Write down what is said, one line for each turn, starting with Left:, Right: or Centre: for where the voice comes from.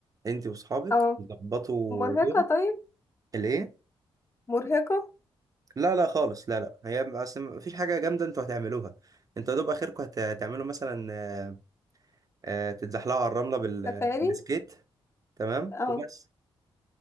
Right: انت واصحابك
Left: اه
Right: تظبطوا
Left: مرهقة
Right: يوم
Left: طيب
Right: ليه
Left: مرهقة
Right: لا لا خالص لا لا هي اصل مفيش حاجه جامده انتوا هتعملوها انتوا يا دوب اخركم هت- هتعملوا مثلا آه، آه، تتزحلقوا على الرمله بال-
Left: سفاري
Right: بالسكيت تمام
Left: اه
Right: وبس